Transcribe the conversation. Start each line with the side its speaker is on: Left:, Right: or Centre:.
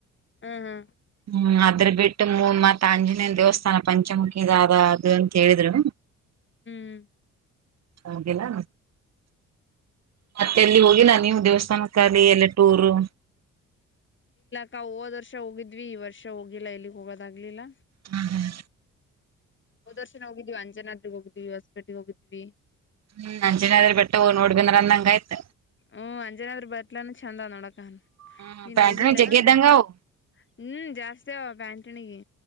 Left: ಹ್ಮ್ ಹ್ಮ್
Right: ಹ್ಮ್ ಅದ್ರ ಬಿಟ್ಟು ಮೂಮ್ಮತ್ ಆಂಜನೇಯನ ದೇವಸ್ಥಾನ ಪಂಚಮುಖಿ ಇದಾದ ಅದು ಅಂತ ಹೇಳಿದ್ರು
Left: ಹ್ಮ್
Right: ಹೋಗಿಲ್ಲ ಮತ್ತೆ ಎಲ್ಲಿ ಹೋಗಿಲ್ಲ ನೀವು ದೇವಸ್ ಸ್ಥಾನಕಾಗ್ಲಿ ಎಲ್ಲ ಟೂರು
Left: ನಾವ್ ಹೋದ್ ವರ್ಷ ಹೋಗಿದ್ವಿ ಈ ವರ್ಷ ಹೋಗಿಲ್ಲ ಎಲ್ಲಿಗೆ ಹೋಗೋದಾಗ್ಲಿಲ್ಲ
Right: ಹ್ಮ್ ಹ್ಮ್
Left: ಹೋದ್ ವರ್ಷ ನೇ ಹೋಗಿದ್ವಿ ಅಂಜನಾ ದ್ರಿ ಹೋಗಿದೀವಿ ಹೊಸಪೇಟೆಗೆ ಹೋಗಿದ್ವಿ
Right: ಹ್ಮ್ ಅಂಜನಾದ್ರಿ ಬೆಟ್ಟ ಹೋಗ ನೋಡ್ಬಂದ್ರ ಅಂದ ಹಂಗಾಯ್ತ
Left: ಹ್ಮ್ ಅಂಜನಾದ್ರ್ ಬೆತ್ಲಾನು ಚಂದ ನೋಡ್
Right: ಹ್ಮ್
Left: ನೀನ್
Right: ಪ್ಯಾಂಟುನು
Left: ಹೋಗಿಲ್ಲೇನ
Right: ಜಗ್ಗಿ
Left: ಹ್ಮ
Right: ಇದ್ದಂಗ ಅವು
Left: ಜಾಸ್ತಿ ಅವ ಬ್ಯಾಂಕ್ ಟಣಿಗೆ